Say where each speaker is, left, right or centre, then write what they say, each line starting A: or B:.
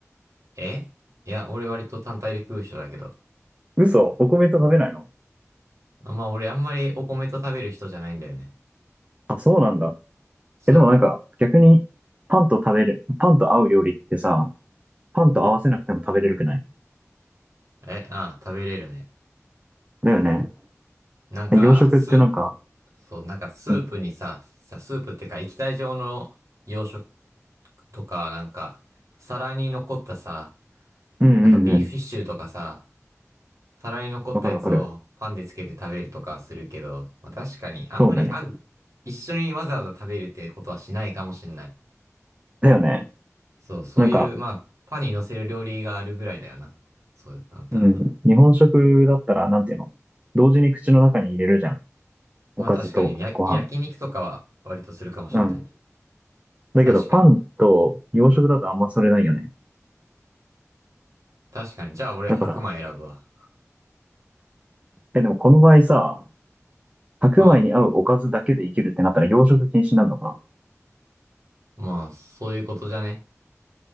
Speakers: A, on the right; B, on the right.
A: えいや、俺割と単体で食う人だけど。
B: 嘘、お米と食べないの
A: まあ俺あんまりお米と食べる人じゃないんだよね。
B: あ、そうなんだ。
A: そ
B: え、でもなんか、逆に、パンと食べる、パンと合う料理ってさ、パンと合わせなくても食べれるくない
A: う。え、ああ、食べれるね。
B: だよね。
A: なんか、
B: 洋食ってなんか、
A: ス、そう、なんかスープにさ、
B: うん、
A: さ、スープってか液体状の洋食とか、なんか、皿に残ったさ、
B: うんうんうん。
A: なんかビーフシチューとかさ、皿に残ったやつをパンでつけて食べるとかするけど、
B: わかるわかる。
A: まあ確かにあんまり合う、
B: そうだよね。
A: 一緒にわざわざ食べるってことはしないかもしんない。
B: だよね。
A: そう、そういう、
B: なんか、
A: まあ、パンに乗せる料理があるぐらいだよな。そうなったら。
B: うん、日本食だったら、なんていうの同時に口の中に入れるじゃん。
A: まあ確かに、
B: おかずとご飯。
A: や、焼肉とかは割とするかもしんない。
B: うん。だけど、
A: 確かに。
B: パンと洋食だとあんまそれないよね。
A: 確かに。じゃあ俺白米選ぶわ。
B: だから、え、でもこの場合さ、白米に合うおかずだけで生きるってなったら洋食禁止になるのかな
A: まあ、まあ、そういうことじゃね。